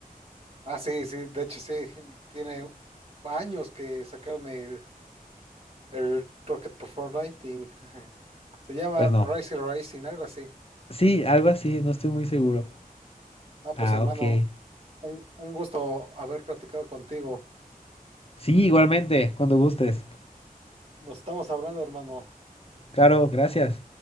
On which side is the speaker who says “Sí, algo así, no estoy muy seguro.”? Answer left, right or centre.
Left